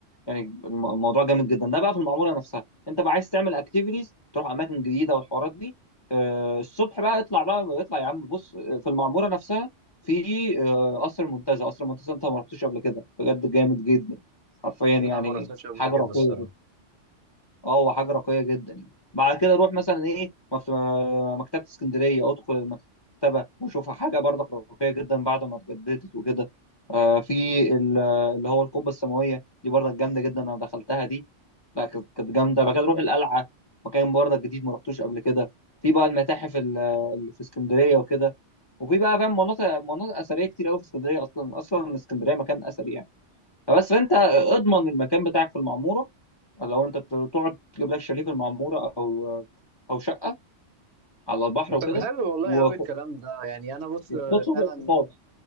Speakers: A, on the left; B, on the right.
A: يعني الم- الموضوع جامد جدا ده بقى في المعموره نفسها انت بقى عايز تعمل اكتيفيتيز تروح اماكن جديده والحوارات دي آه، الصبح بقى اطلع بقى اطلع يا عم بص آه، في المعموره نفسها في آه، قصر المنتزه قصر المنتزه انت ما رحتوش قبل كده بجد جامد جدا حرفيا
B: لا
A: يعني
B: ما رحتش قبل
A: حاجه
B: كده
A: راقيه
B: الصراحه
A: اه هو حاجه راقيه جدا يعني بعد كده روح مثلا ايه مف- مكتبه اسكندريه ادخل المكتبه وشوفها حاجه برضك راقيه جدا بعد ما اتجددت وكده آه في ال- اللي هو القبه السماويه دي برضك جامده جدا انا دخلتها دي لا كانت كانت جامده بعد كده روح القلعه مكان برضك جديد ما رحتوش قبل كده في بقى المتاحف ال- اللي في اسكندريه وكده وفي بقى فاهم مناطق مناطق اثريه كتير قوي في اسكندريه اصلا اصلا اسكندريه مكان اثري فبس فانت اضمن المكان بتاعك في المعموره لو انت ت- تقعد تجيب لك شاليه في المعموره او او شقه على البحر وكده
B: طب حلو والله
A: وخ-
B: قوي الكلام ده يعني انا بص
A: وخد شغل
B: فعلا
A: خاص